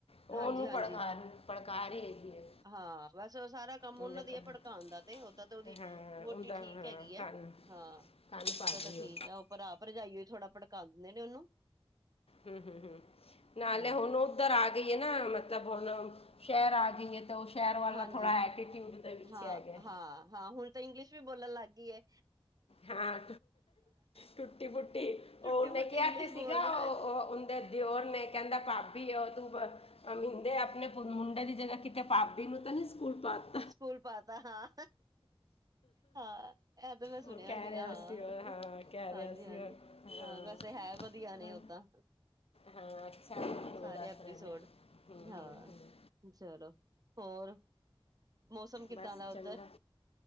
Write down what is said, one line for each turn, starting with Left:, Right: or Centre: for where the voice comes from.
Left: ਉਹਨੂੰ
Right: ਹਾਂਜੀ ਹਾਂਜੀ,
Left: ਪੜਕਾਰ ਪੜਕਾਰ ਹੀ ਹੈਗੀ ਹੈ
Right: ਹਾਂ ਬਸ ਓ ਸਾਰਾ ਕੰਮ
Left: ਉਹਦੇ
Right: ਉਹਨਾਂ ਦੀ
Left: ਕੰਨ
Right: ਐ ਭੜਕਾਣ ਦਾ ਤੇ, ਓਦਾਂ ਤੇ ਓਦੀ
Left: ਹਾਂ
Right: ਵੋਟੀ
Left: ਉਹਦਾ
Right: ਠੀਕ
Left: ਹਾਂ
Right: ਹੈਗੀ ਐਂ,
Left: ਕੰਨ
Right: ਹਾਂ।
Left: ਕੰਨ ਭਾਬੀ
Right: ਓਦਾ ਤਾਂ ਠੀਕ
Left: ਉਹ
Right: ਹੈ, ਓ ਭਰਾ ਭਰਜਾਈਓ ਈ ਥੋੜ੍ਹਾ ਭੜਕਾ ਦਿੰਦੇ ਨੇ ਓਨੂੰ।
Left: ਹੂੰ ਹੂੰ ਹੂੰ, ਨਾਲੇ
Right: ਹਾਂ
Left: ਹੁਣ ਓਧਰ ਆ ਗਈ ਏਨਾ, ਮਤਲਬ ਹੁਣ ਸੈ਼ਰ ਆ ਗਈ ਏ। ਤੇ ਓਹ ਸੈ਼ਰ ਵਾਲਾ,
Right: ਹਾਂਜੀ
Left: ਥੋੜ੍ਹਾ ਐਟੀਟਿਊਡ ਦੇ ਵਿੱਚ
Right: ਹਾਂ,
Left: ਹੈਗੈ।
Right: ਹਾਂ ਹਾਂ, ਹੁਣ ਤਾਂ ਇੰਗਲਿਸ਼ ਵੀ ਬੋਲਣ ਲੱਗ ਗੀ ਐ।
Left: ਹਾਂ, ਟੁੱਟੀ-ਫੁਟੀ,
Right: ਟੁੱਟੀ-ਫੁੱਟੀ
Left: ਓ ਉਨੇ ਕਿਆ
Right: ਇੰਗਲਿਸ਼
Left: ਤੇ
Right: ਬੋਲਦੀ
Left: ਸੀਗਾ ਅ
Right: ਨਾ ਵਿੱਚ
Left: ਅ ਉੰਦੇ ਦਿਓਰ ਨੇ, ਕੈੰਦਾ ਭਾਬੀ ਓ ਤੂੰ ਬ ਮ੍ਹਿੰਦੇ ਆਪਣੇ ਪੁ ਮੁੰ ਡੇ ਦੀ ਜਗ੍ਹਾ, ਕਿਤੇ ਪਾਭੀ ਨੂੰ ਤਾਂ ਨੀ ਸਕੂਲ ਪਾਤ
Right: ਸਕੂਲ ਪਾਤਾ ਹਾਂ, ਹਾਂ। ਐ ਤੇ ਮੈ ਸੁਣਿਆ
Left: ਉਹ ਕਹਿ
Right: ਸੀਗਾ
Left: ਰਿਹਾ
Right: ਹਾਂ,
Left: ਸੀ ਉਹ ਕਹਿ
Right: ਹਾਂਜੀ
Left: ਰਿਹਾ ਸੀ
Right: ਹਾਂਜੀ,
Left: ਉਹ, ਹਾਂ
Right: ਵੈਸੇ ਹੈ ਵਧੀਆ ਨੇ
Left: ਹਾਂ
Right: ਓਦਾਂ।
Left: ਹਾਂ, ਅੱਛਾ ਉਹ
Right: ਹਾਂ ਸਾਰੇ
Left: ਦੱਸ
Right: ਐਪੀਸੋਡ,
Left: ਰਹੇ ਨੇ ਹੂੰ ਹੂੰ
Right: ਹਾਂ
Left: ਹੂੰ
Right: ਚਲੋ। ਹੋਰ? ਮੌਸਮ ਕਿੱਦਾਂ
Left: ਬਸ
Right: ਦਾ ਉੱਧਰ
Left: ਚੰਗਾ।